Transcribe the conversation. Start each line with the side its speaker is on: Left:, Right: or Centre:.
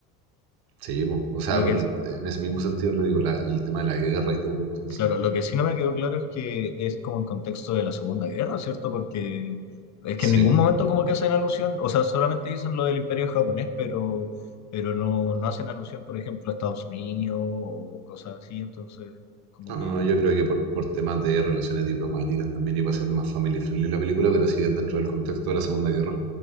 Right: Sí, po. O sea,
Left: Lo
Right: por
Left: que es,
Right: el- en ese mismo sentido lo digo, la- el tema de la guerra y todo, entonces.
Left: claro, lo que sí no me quedó claro es que es como en contexto de la Segunda Guerra, ¿cierto? Porque es
Right: Sí.
Left: que en ningún momento como que hacen alusión, o sea, solamente dicen lo del Imperio japonés, pero, pero no, no hacen alusión, por ejemplo, a Estados Unidos o cosas así, entonces como
Right: No, no,
Left: que
Right: no, yo creo que por, por temas de relaciones diplomáticas también iba a ser más family friendly la película, pero sí dentro del contexto de la Segunda Guerra.